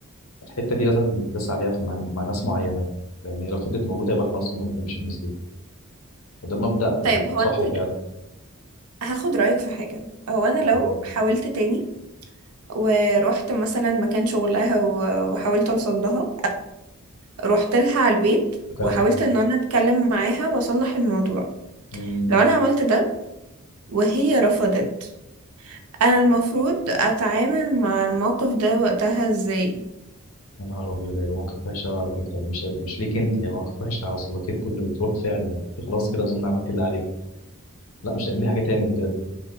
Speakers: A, on the left; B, on the right.
A: الحتة دي لازم ندوس عليها في مع... مع ناس معينة لأن هي لو فضلت موجودة يبقى إحنا أصلا ما بنحبش الناس دي وده مبدأ وصح
B: طيب هو انا ال-
A: فعلا
B: هاخد رايك في حاجه هو انا لو
A: مم.
B: حاولت تاني ورحت مثلا مكان شغلها و- وحاولت اوصل لها رحت لها على البيت
A: كرفت
B: وحاولت ان انا اتكلم معاها واصلح الموضوع
A: مم.
B: لو انا عملت ده وهي رفضت انا المفروض اتعامل مع الموقف ده وقتها ازاي
A: يا نهار أبيض هيبقى موقف وحش أوي على فكرة مش هيبقى... مش ليك أنت هيبقى موقف وحش على صداقتكم اللي بتروح فعلا أنت خلاص كده أظن عملت اللي عليك لا مش هتعملي حاجة تاني بجد